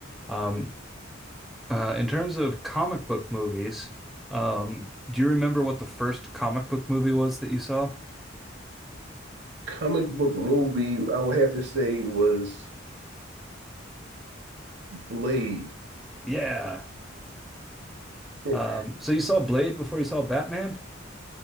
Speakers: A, in the centre; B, on the right (about 60°).
A: Um, uh, in terms of comic book movies, um, do you remember what the first comic book movie was that you saw?
B: Comic book movie, I would have to say was Blade.
A: Yeah.
B: <laughs>
A: Um, so you saw Blade before you saw Batman?